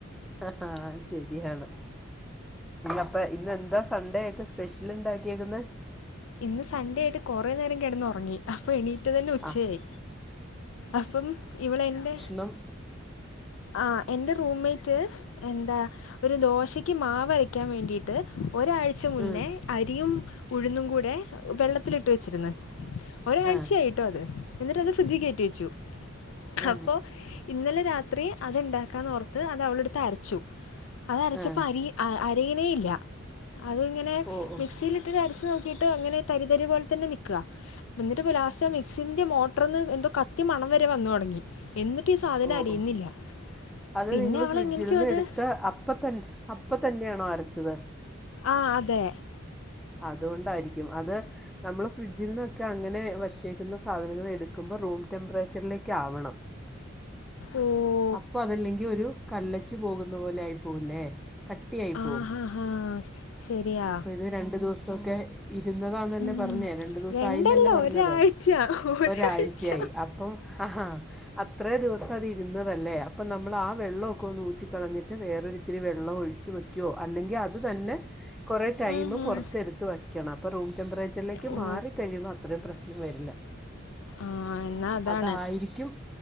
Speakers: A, in the centre; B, on the left.
A: ആഹ് ശെരിയാണ് അപ്പം ഇന്ന് എന്താ സൺഡേ ആയിട്ട് സ്പെഷ്യൽ ഉണ്ടാക്കിയേക്കുന്നെ?
B: ഇന്ന് സൺഡേ ആയിട്ട് കൊറേ നേരം കെടന്ന് ഒറങ്ങി. അപ്പൊ എണീറ്റതന്നെ ഉച്ചയായി
A: ആ
B: അപ്പം ഇവള് എന്നെ
A: ണം
B: ആ എന്റെ റൂമേറ്റ് എന്താ ഒരു ദോശക്ക് മാവരക്കാൻ വേണ്ടിയിട്ട് ഒരാഴ്ച മുന്നേ
A: ഉം
B: അരിയും ഉഴുന്നും കൂടെ വെള്ളത്തിലിട്ട് വെച്ചിരുന്നു ഒരാഴ്ചയായിട്ടോ
A: ആ
B: അത് എന്നിട്ട് അത് ഫ്രിഡ്ജ് കേറ്റി വെച്ചു
A: ആ
B: അപ്പൊ ഇന്നലെ രാത് ത്രി അത്ണ്ടാക്കാന്ന് ഓർത്ത് അത് അവള് എട്ത്ത് അരച്ചു അത് അരച്ചപ്പോ
A: ആ
B: അരി അ അരയണേ ഇല്ല അത് ഇങ്ങനെ
A: ഓ ഓ
B: മിക്സിയിൽ ക്സിയിൽ അരച്ച് നോക്കിട്ട് അങ്ങനെ തരി തരി പോലെ തന്നെ നിക്ക എന്നിട്ട്പ്പൊ ലാസ്റ്റ് ആ മിക്സി തിന്റെ മോട്ട്ർ ഒന്ന് എന്തോ കത്തിയ മണം വരെ വന്നു തൊട്ങ്ങി എന്നിട്ടു ഈ സാധനം
A: ഓ
B: അരിയുന്നില്ല.
A: ഓ അത്
B: പിന്നെ
A: നിങ്ങൾ
B: അവളെങ്ങനെയൊക്കെയോ
A: ഫ്രിഡ്ജിൽ നിന്ന്
B: അത്
A: എടുത്ത അപ്പത്തന്ന അപ്പ തന്നെയാണോ അരച്ചത്?
B: ആഹ് അതെ
A: അതോണ്ടായിരിക്കും അത് നമ്മൾ ഫ്രിഡ്ജിൽ നിന്നൊക്കെ അങ്ങനെ വച്ചേക്കുന്ന സാധനങ്ങൾ എടുക്കുമ്പോൾ റൂം ടെമ്പറേച്ചറിലേക്ക് ആവണം.
B: ഓഹ്
A: അപ്പ അതല്ലെങ്കിൽ ഒരു കല്ലച്ച് പോകുന്ന പോലെ ആയിപ്പോകൂല്ലേ ക ട്ടിയയി
B: ആ
A: പോവും
B: ഹാ ഹാ ശരിയാ
A: ഇപ്പ ഇത് രണ്ടു ദിവസൊക്കെ ഇരുന്നതാന്നല്ലേ
B: ഉം.
A: പർഞ്ഞേ രണ്ടു ദിവസം
B: രണ്ടല്ല
A: ആയിന്നല്ലേ പർഞ്ഞത്
B: ഒരാഴ്ച ഒരാഴ്ച
A: ഒരാഴ്ചയായി അപ്പം ഹഹാ അത്രേ ദിവസം അത് ഇരുന്നതല്ലേ അപ്പം നമ്മൾ ആ വെള്ളവൊക്കെ ഒന്ന് ഊറ്റിക്കളഞ്ഞിട്ട് വേറൊരു ഇത്തിരി വെള്ളം ഒഴിച്ച് വെ ക്കൊ അല്ലെങ്കിൽ അത് തന്നെ കൊറേ ടൈം
B: ഉം, ഉം.
A: പൊർത്തെടുത്തു വെക്കണം അപ്പൊ റൂം ടെംപറേചർ ചിലേക്ക്
B: ഓ
A: മാറിക്കഴിയുമ്പോൾ അത്രയും പ്രശ്നം വരില്ല.
B: ആ എന്നാ അതാണ്
A: അതായിരിക്കും